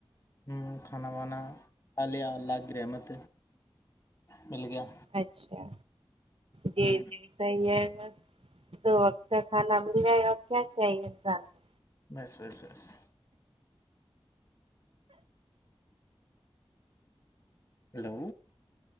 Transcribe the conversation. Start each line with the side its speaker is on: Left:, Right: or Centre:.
Left: ہ کھانا وانا خالیہ اللہ گرمت مل گیا
Right: اچھا جی
Left: ہ
Right: جی صحیح ہے بس دو وقت کا کھانا مل جائے اور کیا چاہیے انسان کو
Left: بس بس بس ہیلو